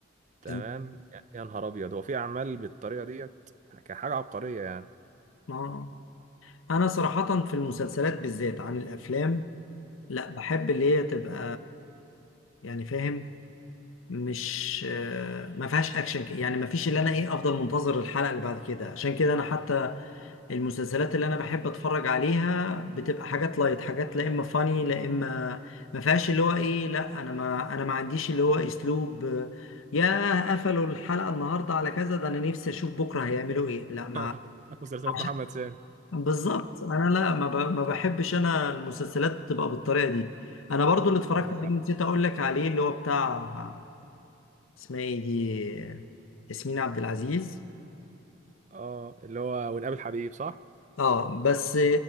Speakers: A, on the right; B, on the left.
A: تمام
B: تم-
A: يا نهار ابيض هو في اعمال بالطريقة ديت كحاجة عبقرية يعني
B: اه انا صراحة في المسلسلات بالذات عن الافلام لا بحب اللي هي تبقى يعني فاهم مش آه، ما فيهاش اكشن ك- يعني ما فيش اللي انا ايه افضل منتظر الحلقه اللي بعد كده عشان كده انا حتى المسلسلات اللي انا بحب اتفرج عليها بتبقى حاجات لايت حاجات لا اما فاني لا اما ما فيهاش اللي هو ايه لا انا ما انا ما عنديش اللي هو اسلوب آه، يا قفلوا الحلقه النهارده على كذا ده انا نفسي اشوف بكره هيعملوا ايه لا ما
A: <laughs> مسلسلات
B: عشان
A: محمد سامي
B: <laughs> بالظبط انا لا ما, ب... ما بحبش انا المسلسلات تبقى بالطريقه دي انا برضو اللي اتفرجت
A: عندك
B: عليه
A: حق
B: نسيت اقول لك عليه اللي هو بتاع اسمها ايه دي ياسمين عبد العزيز
A: اه اللي هو ونقابل حبيب صح
B: اه بس